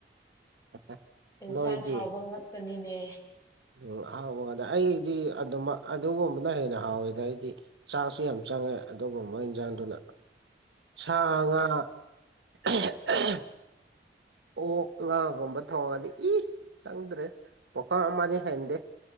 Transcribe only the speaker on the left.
ꯏꯟꯁꯥꯡ
ꯍꯥꯎꯕ ꯉꯥꯛꯇꯅꯤꯅꯦ